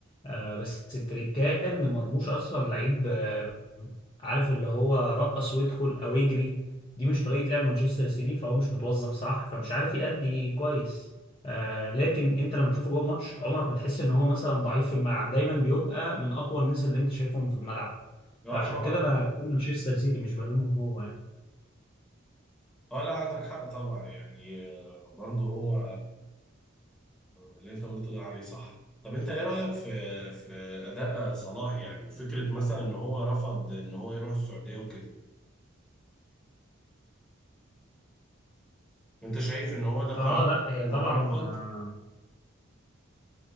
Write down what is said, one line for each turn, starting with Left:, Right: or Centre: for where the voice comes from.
Left: آه بس التريكان ان مرموش اصلا لعيب آه، عارف اللي هو رقص ويدخل او يجري دي مش طريقة لعب مانشستر سيتي فهو مش متوظف صح فمش عارف يأدي كويس آه لكن انت لما تشوفه جوه الماتش عمرك ما تحس ان هو مثلا ضعيف في الملعب دايما بيبقى من اقوى الناس اللي انت شايفهم في الملعب
Centre: اه
Left: فعشان
Centre: طبعا
Left: كده انا بقول مانشستر سيتي مش بلومه هو يعني
Centre: اه لا عندك حق طبعا يعني آه، برضه هو اللي انت قلته ده عليه صح طب انت ايه رأيك في في اداء صلاح يعني وفكرة مثلا ان هو رفض ان هو يروح السعودية وكده انت شايف ان هو ده قرار
Left: اه لا هي
Centre: ان
Left: طبعا
Centre: هو رفض
Left: آه،